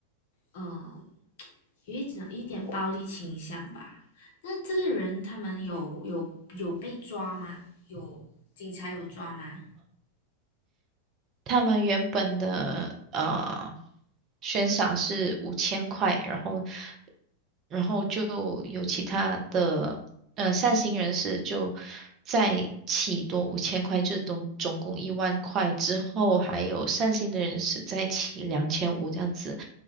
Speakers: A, on the left (about 55°); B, on the right (about 30°).
A: 嗯。呃有一点一点暴力倾向吧。那这个人他们有有有被抓吗？有警察有抓吗？
B: 他们原本的呃悬赏是五千块，然后然后就有其他的呃善心人士就再起多五千块，就总总共一万块之后，还有善心的人士再起两千五这样子，